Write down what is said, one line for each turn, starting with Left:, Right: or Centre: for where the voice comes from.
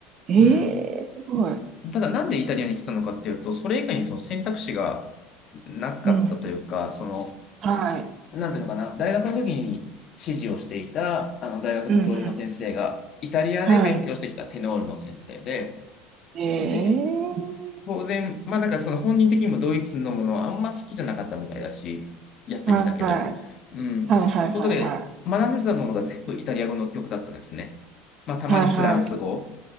Right: ええ、
Left: うん、
Right: すごい。
Left: ただなんでイタリアに来たのかっていうと、それ以外にその選択肢がなかったというか、
Right: うん。
Left: その、
Right: はい。
Left: なんていうのかな、大学の時に指示をしていた、あの、大学の教授の先生が、
Right: うんうん。
Left: イタリアで勉強してきたテノールの先生で、
Right: はい。ええ。
Left: で、当然、まあなんかその本人的にもドイツのものはあんま好きじゃなかったみたいだし、やってみたけど、
Right: はい。は
Left: うん、
Right: いはいはいはい。
Left: ってことで、学んでたものが全部イタリア語の曲だったんですね。まあたまにフランス語、
Right: はいはい。